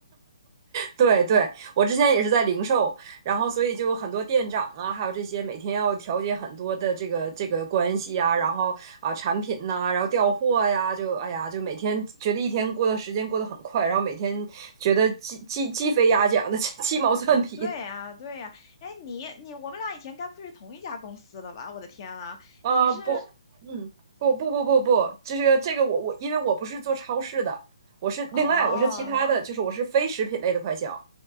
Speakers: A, on the right (about 35°); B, on the left (about 40°).
A: 对对，我之前也是在零售，然后所以就很多店长啊，还有这些每天要调节很多的这个这个关系啊，然后啊产品呐、然后调货呀，就哎呀，就每天觉得一天过的时间过得很快，然后每天觉得鸡鸡鸡飞鸭讲的 <laughs> 鸡毛蒜皮
B: 对呀，对呀，哎，你你我们俩以前该不是同一家公司的吧？我的天啊，
A: 啊、
B: 你是
A: 不，嗯，不不不不不，这个这个我我因为我不是做超市的，我是另外我是其他的，
B: 哦，
A: 就是我是非食品类的快销，